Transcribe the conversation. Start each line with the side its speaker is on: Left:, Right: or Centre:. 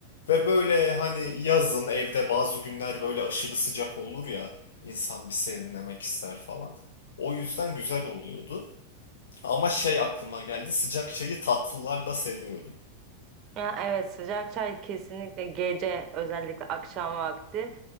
Left: Ve böyle hani yazın evde bazı günler böyle aşırı sıcak olur ya. insan bir serinlemek ister falan. O yüzden güzel oluyordu. Ama şey aklıma geldi. Sıcak çayı tatlılarla seviyorum.
Right: Ya evet sıcak çay kesinlikle gece özellikle akşam vakti